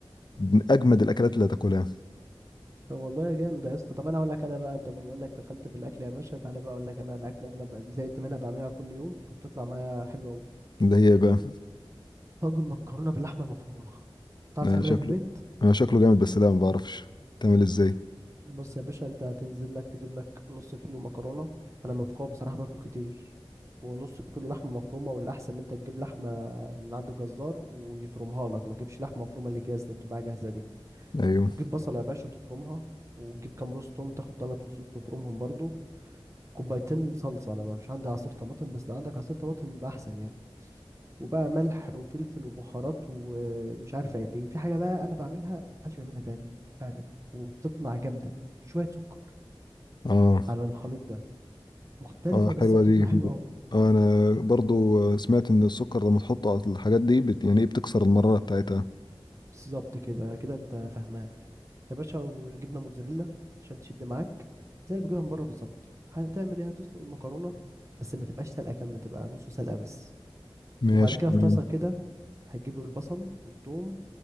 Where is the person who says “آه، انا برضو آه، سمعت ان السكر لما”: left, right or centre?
Left